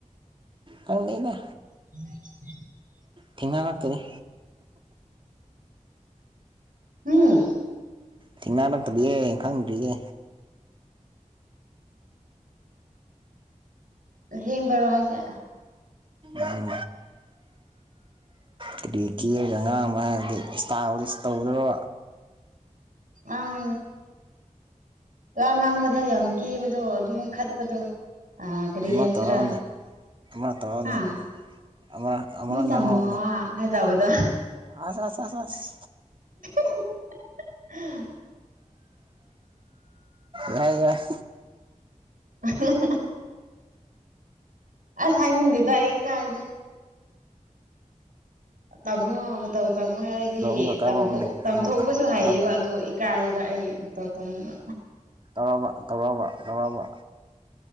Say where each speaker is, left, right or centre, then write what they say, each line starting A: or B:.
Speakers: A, on the right; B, on the right.
A: ꯈꯪꯗꯦꯗ꯫
B: <unintelligible>
A: ꯊꯦꯡꯅ ꯉꯛꯇꯅꯦ
B: ꯎꯝ
A: ꯊꯦꯡꯅꯔꯛꯇꯕꯤꯌꯦ ꯈꯪꯗ꯭ꯔꯤꯌꯦ꯫
B: ꯑꯁꯦꯡꯕꯔꯣ ꯍꯥꯏꯁꯦ꯫
A: ꯎꯝ ꯀꯔꯤ ꯀꯦꯔꯒ ꯉꯥꯡꯕ ꯍꯥꯏꯔꯗꯤ ꯁ꯭ꯇꯥꯏꯜꯂꯤꯁ ꯇꯧꯗ꯭ꯔꯣ꯫
B: ꯑꯪ ꯋꯥ ꯉꯥꯡꯕꯗ ꯌꯥꯝ ꯀꯦꯕꯗꯣ ꯑꯗꯨꯝ ꯈꯠꯄꯗꯣ꯫ ꯑ ꯀꯔꯤ
A: ꯑꯃ
B: ꯍꯥꯏꯁꯤꯔꯥ
A: ꯇꯧꯔꯛꯎꯅꯦ ꯑꯃ ꯇꯧꯔꯛꯎꯅꯦ
B: ꯍꯥꯥ
A: ꯑꯃꯔꯛ ꯑꯃꯔꯛ
B: ꯃꫭꯏ ꯇꯃꯣ
A: ꯉꯥꯡꯔꯛꯎꯅꯦ
B: ꯑ ꯇꯧꯕꯗꯣ꯫
A: ꯑꯁ ꯑꯁ ꯑꯁ ꯑꯁ
B: ꯍꯍꯍ
A: ꯌꯥꯏ-ꯌꯥꯏ꯫
B: ꯑꯍꯍ ꯑꯁ ꯍꯥꯏꯅꯤꯡꯗꯦꯗ ꯑꯩ ꯀꯥꯏꯗ꯫ ꯇꯥꯃꯣ ꯃꯇꯧ ꯇꯥꯃꯣ ꯍꯥꯏꯔꯗꯤ
A: ꯑꯗꯣ ꯑꯃꯨꯛꯀ ꯀꯥꯞꯔꯛꯎꯅꯦ
B: ꯇꯝꯊꯣꯛ ꯇꯝꯊꫭꯛꯄꯁꯨ
A: ꯑꯃ
B: ꯍꯥꯏꯌꯦꯕ꯫
A: ꯑꯃꯒ
B: ꯀꯥꯏꯕ ꯑꯩ ꯃꯇꯧ ꯇꯝꯅꯕ꯫
A: ꯇꯧꯔꫭꯕ ꯇꯧꯔꫭꯕ ꯇꯧꯔꫭꯕ꯫